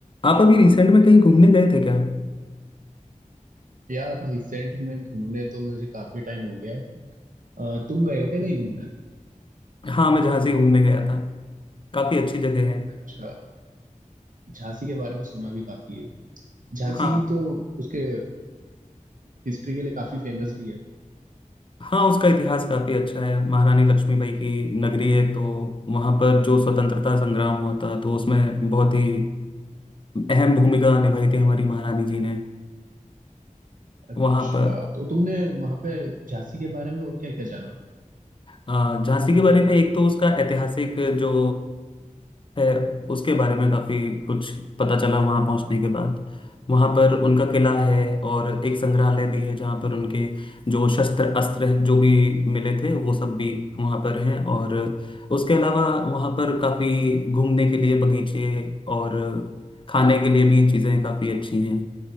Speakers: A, on the left (about 40°); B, on the right (about 80°).
A: आप अभी रिसेंट में कहीं घूमने गए थे क्या
B: यार रिसेंट में घूमने तो मुझे काफी टाइम हो गया है अ, तुम गए हो क्या कहीं घूमने
A: हाँ मैं झांसी घूमने गया था काफी अच्छी जगह है
B: अच्छा झांसी के बारे में सुना भी काफी है झांसी
A: हाँ
B: तो उसके हिस्ट्री के लिए काफी फेमस भी है
A: हाँ उसका इतिहास काफी अच्छा है महारानी लक्ष्मीबाई की नगरी है तो वहां पर जो स्वतंत्रता संग्राम हुआ था तो उसमें बहुत ही अहम भूमिका निभाई थी हमारी महारानी जी ने
B: अच्छा
A: वहां पर
B: तो तुमने वहां पे झांसी के बारे में और क्या क्या जाना
A: अ, झांसी के बारे में एक तो उसका ऐतिहासिक जो है उसके बारे में काफी कुछ पता चला वहां पहुंचने के बाद वहां पर उनका किला है और एक संग्रहालय भी है जहां पर उनके जो शस्त्र अस्त्र जो भी मिले थे वो सब भी वहां पर हैं और उसके अलावा वहां पर काफी घूमने के लिए बगीचे और खाने के लिए भी चीजें काफी अच्छी हैं